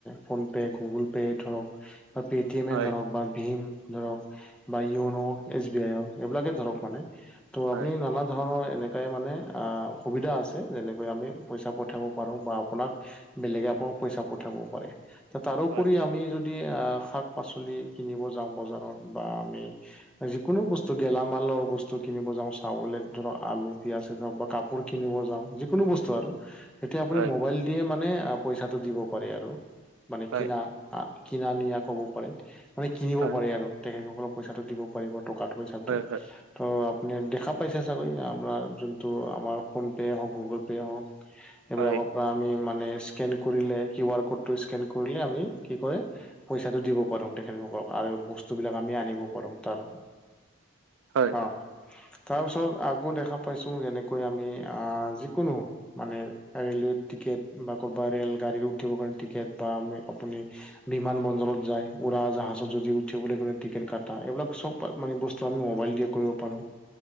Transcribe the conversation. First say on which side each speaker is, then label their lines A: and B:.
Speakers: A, in the centre; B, on the right.
A: PhonePe', Google pay. Pay ধৰক বা পে'টিএমে
B: হয়,
A: ধৰক বা ভীম ধৰক বা য়োন' এছ বি আইৰ। এইবিলাকে ধৰক মানে, ত'
B: হয়,
A: আপুনি নানা ধৰণৰ এনে এটাই মানে সুবিধা আছে। যেনেকৈ আমি পইচা পঠাব পাৰোঁ বা আপোনাক বেলেগ আকৌ পইচা পঠাব পাৰে। তাৰোপৰি
B: হয়,
A: আমি যদি শাক-পাচলি কিনিব যাওঁ বজাৰত বা আমি যিকোনো বস্তু দি গেলামালৰ বস্তু কিনিব যাওঁ, চাউলে ধৰক আলু, পিয়াঁজ ধৰক বা কাপোৰ কিনিব যাওঁ য কোনো বস্তু আৰু এতিয়া আপুনি
B: হয়,
A: মোবাইল দিয়েই মানে পইচাটো দিব পাৰে আৰু, মানে
B: হয়,
A: কিনা কিনা নিয়া ক'ব পাৰে, মানে কিনিব
B: হয়,
A: পাৰে আৰু, তেখেতসকলক পইচা দিব পাৰিব টকা টো পইচা। তাতো।
B: হয়, হয়,
A: তো আপুনি দেখা পাইছে চাগৈ, আমাৰ যোনটো আমাৰ ফোনপে'য়ে হওক গুগল পে'য়ে হওক। সেইবিলাকক
B: হয়,
A: বা আমি মানে স্কেন কৰিলে, কিউ আৰ ক'ডটো স্কেন কৰিলে আমি কি কয় পইছাটো দিব পাৰোঁ তেখেতসকলক আৰু বস্তুবিলাক আমি আনিব পাৰোঁ তাৰ।
B: হয়, হয়,
A: অ', তাৰপিছত আকৌ দেখা পাইছো, যেনেকৈ আমি আহ যিকোনো মানে ৰেলৱে টিকেট বা কৰ'বাত ৰেল গাড়ী উঠিবৰ কাৰণে টিকেট বা আ আপুনি বিমান বন্দৰত যায়, উৰা জাহাজত যদি উঠিবলৈ কলে টিকেট কটা, এইবিলাক চব মানে বস্তু আমি মোবাইল দিয়ে কৰিব পাৰোঁ